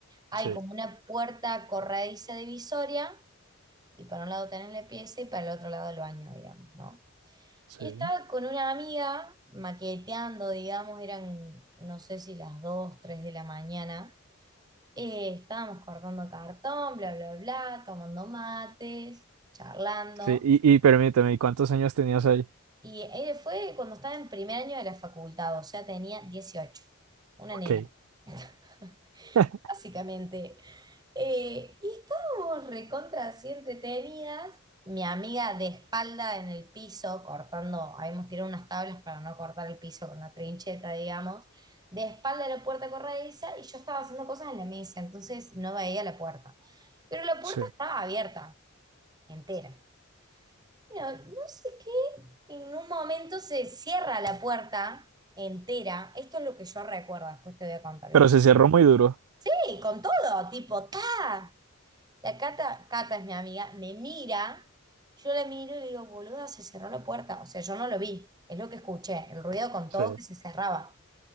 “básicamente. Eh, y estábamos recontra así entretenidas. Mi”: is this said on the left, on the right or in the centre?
Right